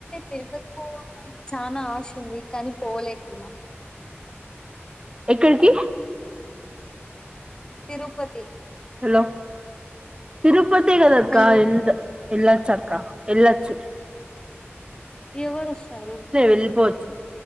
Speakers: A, on the left; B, on the right.
A: తిరుపతి పోవాలని చానా ఆశ ఉంది కానీ పోలేకున్నా
B: ఎక్కడ్కి
A: తిరుపతి
B: హలో తిరుప్ పతే కదక్కా
A: హలో
B: ఎంద ఎల్లచ్చక్క ఎల్లచ్చు
A: ఎవర్ వస్తారు
B: వెళ్ళిపోవచ్చు